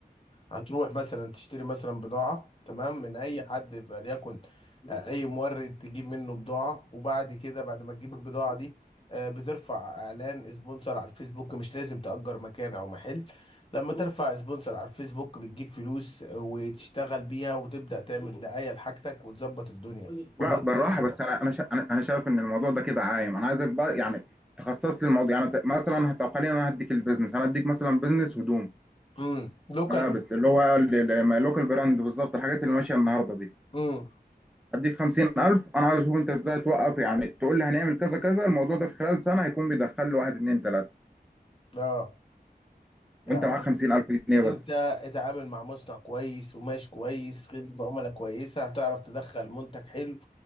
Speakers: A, on the left; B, in the centre.
A: هتروح مثلا تشتري مثلا بضاعة تمام من أي حد فليكن آه، أي مورد تجيب منه بضاعة وبعد كده بعد ما تجيب البضاعة دي آه، بترفع إعلان سبونسر على الفيسبوك مش لازم تأجر مكان أو محل لما ترفع سبونسر على الفيسبوك بتجيب فلوس آه، وتشتغل بيها وتبدأ تعمل دعاية لحاجتك وتظبط الدنيا ولا
B: لا
A: أنت
B: بالراحه
A: إيه
B: بس
A: رأيك؟
B: انا انا شا- انا أنا شايف ان الموضوع ده كده عايم انا عايزك بقى يعني تخصص لي الموضوع يعني ت- مثلا طب خلينا انا هديك البيزنس انا هديك مثلا بيزنس هدوم
A: امم لوكال
B: ملابس اللي هو اللوكال براند بالظبط الحاجات اللي ماشيه النهارده دي
A: امم
B: هديك 50000 انا عايز اشوف انت ازاي توقف يعني تقول لي هنعمل كذا كذا الموضوع ده في خلال سنه هيكون بيدخل له واحد اتنين تلاته
A: اه يا
B: وانت
A: عم
B: معاك 50000 جنيه بس
A: انت اتعامل مع مصنع كويس قماش كويس خدمة عملاء كويسة هتعرف تدخل منتج حلو